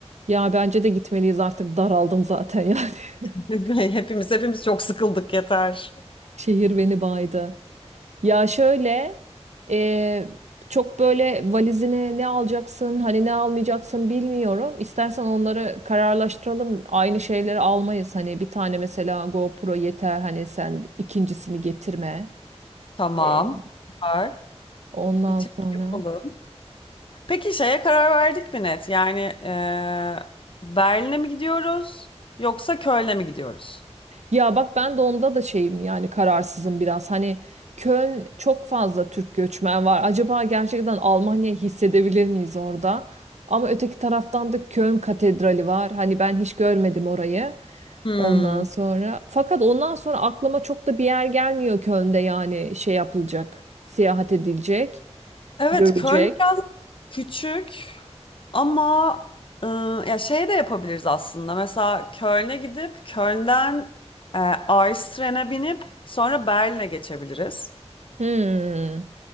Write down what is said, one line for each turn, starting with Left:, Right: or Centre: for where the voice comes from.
Right: Ya bence de gitmeliyiz artık daraldım zaten yani. <laughs>
Left: <laughs> Hepimiz hepimiz çok sıkıldık yeter.
Right: Şehir beni baydı. Ya şöyle e, çok böyle valizine ne alacaksın hani ne almayacaksın bilmiyorum. İstersen onları kararlaştıralım. Aynı şeyleri almayız. Hani bir tane mesela GoPro yeter hani sen ikincisini getirme.
Left: Tamam.
Right: E,
Left: Var.
Right: Ondan
Left: Bir çek
Right: sonra.
Left: yapalım. Peki şeye karar verdik mi net? Yani eee Berlin'e mi gidiyoruz yoksa Köln'e mi gidiyoruz?
Right: Ya bak ben de onda da şeyim yani kararsızım biraz. Hani Köln çok fazla Türk göçmen var. Acaba gerçekten Almanya hissedebilir miyiz orada? Ama öteki taraftan da Köln Katedrali var. Hani ben hiç görmedim orayı.
Left: Hmm.
Right: Ondan sonra fakat ondan sonra aklıma çok da bir yer gelmiyor Köln'de yani şey yapılacak, seyahat edilecek,
Left: Evet
Right: görülecek.
Left: Köln biraz küçük. Ama e, ya şey de yapabiliriz aslında. Mesela Köln'e gidip Köln'den e, Ice binip sonra Berlin'e geçebiliriz.
Right: Hmm.